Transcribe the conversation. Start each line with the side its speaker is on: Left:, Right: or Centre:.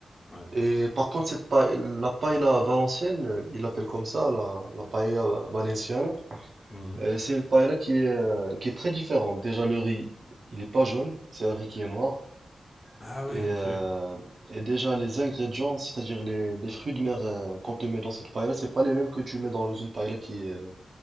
Left: ouais.
Right: Et par contre, cette pae- la paella valencienne, euh, ils l'appellent comme ça, la, la paella valenciana.
Left: Mhm.
Right: euh, c'est une paella qui est, euh, qui est très différente. Déjà, le riz, il est pas jaune, c'est un riz qui est noir.
Left: Ah ouais,
Right: Et,
Left: ok.
Right: euh,
Left: Ouais,
Right: et déjà, les ingrédients, c'est-à-dire les, les fruits de mer euh, qu'on te met dans cette paella, c'est pas les mêmes que tu mets dans une paella qui est euh,